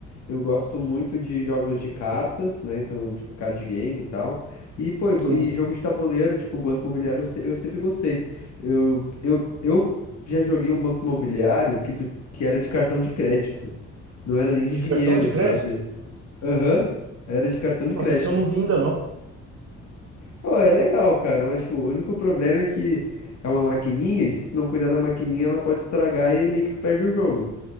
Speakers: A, on the left; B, on the right.
A: eu gosto muito de jogos de cartas, né? Então, tipo, card game e tal. E, pô, e, bo-
B: sim.
A: e jogo de tabuleiro, tipo, Banco Imobiliário, eu, se- eu sempre gostei. Eu, eu, eu já joguei um Banco Imobiliário que, tu, que era de cartão de crédito. Não era nem de
B: De
A: dinheiro,
B: cartão de crédito?
A: sabe? Aham, era de cartão de
B: Nossa,
A: crédito.
B: esse eu não vi ainda não.
A: Pô, é legal, cara, mas tipo, o único problema é que é uma maquininha e se tu não cuidar da maquininha ela pode estragar e aí meio que tu perde o jogo.